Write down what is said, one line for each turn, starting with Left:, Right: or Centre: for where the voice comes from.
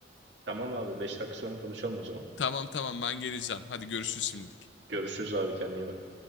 Right: Tamam abi. Beş dakika sonra konuşalım o zaman.
Left: Tamam tamam ben geleceğim. Hadi görüşürüz şimdilik.
Right: Görüşürüz abi. Kendine iyi bak.